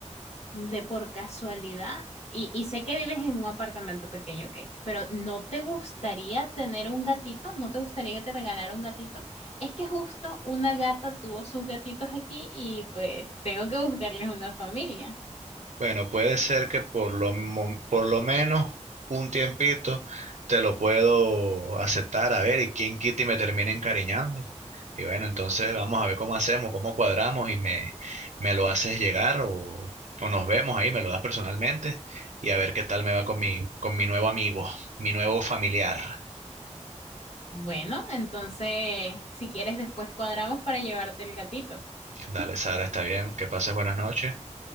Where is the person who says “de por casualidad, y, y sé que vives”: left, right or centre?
Left